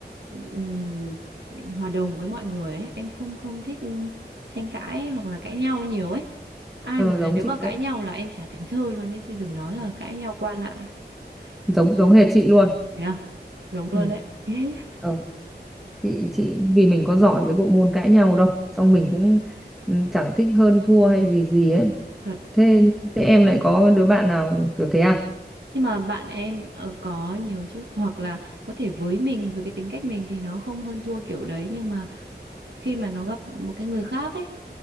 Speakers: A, on the right (about 80°); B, in the centre.
A: ừm, hòa đồng với mọi người ấy em không không thích tranh cãi hoặc là cãi nhau nhiều ấy ai
B: ờ,
A: mà
B: giống
A: nếu mà
B: chị
A: cãi
B: ấy.
A: nhau là em chả thèm chơi luôn ấy chứ đừng nói là cãi nhau qua lại
B: giống
A: Ừ.
B: giống hệt chị luôn
A: thế à giống luôn
B: ừ.
A: đấy <laughs>
B: Ờ. chị chị vì mình có giỏi cái bộ môn cãi nhau đâu xong mình cũng ừ, chẳng thích hơn thua hay gì gì ấy
A: thật
B: thế thế em lại có đứa bạn nào kiểu thế à
A: nhưng mà bạn em ờ, có nhiều chứ hoặc là có thể với mình với cái tính cách mình thì nó không hơn thua kiểu đấy nhưng mà khi mà nó gặp một cái người khác ấy